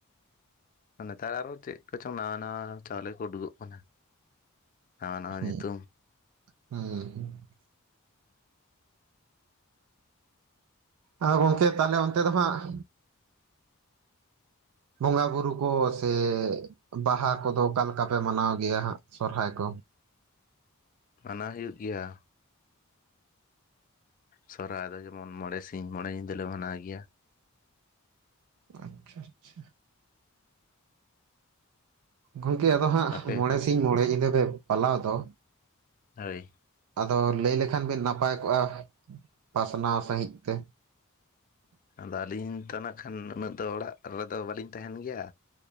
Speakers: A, on the left; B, on the right.
A: ᱱᱮᱛᱟᱨ ᱟᱨᱚ ᱪᱮᱫ ᱠᱚᱪᱚᱝ ᱱᱟᱣᱟ ᱱᱟᱣᱟ ᱪᱟᱣᱞᱮ ᱠᱚ ᱩᱰᱩᱠᱚᱜ ᱠᱟᱱᱟ᱾ ᱱᱟᱣᱟ ᱱᱟᱣᱟ
B: ᱦᱩᱸ
A: ᱧᱩᱛᱩᱢ᱾
B: ᱦᱩᱸ ᱟ ᱜᱚᱢᱠᱮ ᱛᱟᱦᱚᱞᱮ ᱚᱱᱛᱮ ᱫᱚ ᱦᱟᱸᱜ ᱵᱚᱸᱜᱟ ᱵᱩᱨᱩ ᱠᱚ ᱥᱮ ᱵᱟᱦᱟ ᱠᱚᱫᱚ ᱚᱠᱟᱮ ᱞᱮᱠᱟ ᱯᱮ ᱢᱟᱱᱟᱣ ᱜᱮᱭᱟ ᱦᱟᱸᱜ ᱥᱚᱨᱦᱟᱭ ᱠᱚ?
A: ᱢᱟᱱᱟᱣ ᱦᱩᱭᱩᱜ ᱜᱮᱭᱟ᱾ ᱥᱚᱨᱦᱟᱭ ᱫᱚ ᱡᱮᱢᱚᱱ ᱢᱚᱬᱮ ᱥᱤᱧ ᱢᱚᱬᱮ ᱧᱤᱫᱟᱹ ᱞᱮ ᱢᱟᱱᱟᱣ ᱜᱮᱭᱟ᱾
B: ᱟᱪᱪᱷᱟ ᱟᱪᱪᱷᱟ᱾ ᱜᱚᱢᱠᱮ ᱟᱫᱚ ᱦᱟᱸᱜ
A: ᱟᱯᱮ
B: ᱢᱚᱬᱮ ᱥᱤᱧ ᱢᱚᱬᱮ ᱧᱤᱫᱟᱹ ᱯᱮ ᱯᱟᱞᱟᱣ ᱫᱚ
A: ᱦᱳᱭ
B: ᱟᱫᱚ ᱞᱟᱹᱭ ᱞᱮᱠᱷᱟᱱ ᱵᱤᱱ ᱱᱟᱯᱟᱭ ᱠᱚᱜᱼᱟ ᱯᱟᱥᱱᱟᱣ ᱥᱟᱺᱦᱤᱡ ᱛᱮ᱾
A: ᱟᱫᱚ ᱟᱹᱞᱤᱧ ᱛᱚ ᱱᱟᱜ ᱠᱷᱟᱱ ᱩᱱᱟᱹᱜ ᱫᱚ ᱚᱲᱟᱜ ᱨᱮᱫᱚ ᱵᱟᱹᱞᱤᱧ ᱛᱟᱦᱮᱱ ᱜᱮᱭᱟ᱾